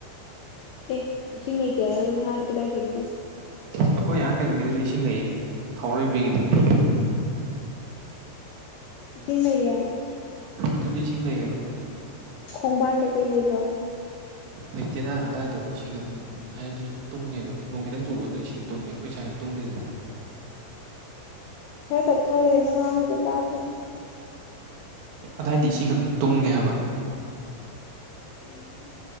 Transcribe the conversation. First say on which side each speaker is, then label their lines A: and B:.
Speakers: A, on the left; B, on the right.
A: ꯑꯦ ꯏꯁꯤꯡ ꯂꯩꯇꯦ ꯍꯥꯏꯔꯒ ꯉꯥꯗꯤ ꯀꯗꯥꯏꯗꯒꯤ
B: ꯑꯩꯈꯣꯏ ꯑꯍ ꯀꯩꯅꯣꯒꯤꯗꯨꯗꯤ ꯏꯁꯤꯡ ꯂꯩꯌꯦ ꯍꯥꯎꯔꯩꯕꯤꯒꯤꯗꯨꯗꯤ
A: ꯏꯁꯤꯡ ꯂꯩꯌꯦ
B: ꯑꯗꯨꯗꯤ ꯏꯁꯤꯡ ꯂꯩꯌꯦꯕ
A: ꯈꯣꯡꯕꯥꯟ ꯀꯩꯀꯩ ꯂꯩꯕ꯭ꯔꯣ
B: ꯂꯩꯇꯦꯗ ꯑꯗꯥꯏꯗꯣ ꯏꯁꯤꯡ ꯑꯗꯨꯝ ꯍꯥꯏꯗꯤ ꯇꯨꯡꯉꯦꯗꯣ ꯅꯣꯡ ꯈꯤꯇꯪ ꯆꯨꯕꯗꯣ ꯏꯁꯤꯡ ꯇꯨꯡꯉꯦ ꯑꯩꯈꯣꯏ ꯁꯥꯏꯗ ꯇꯨꯡꯗꯦꯗꯅ
A: ꯈꯔ ꯇꯞꯊꯈ꯭ꯔꯦ ꯅ ꯉꯥꯡꯉꯤꯗꯣ ꯇꯥꯗ꯭ꯔꯦ
B: ꯑꯗꯥꯏꯗꯤ ꯏꯁꯤꯡ ꯑꯗꯨꯝ ꯇꯨꯡꯉꯦ ꯍꯥꯏꯕ
A: ꯎꯝ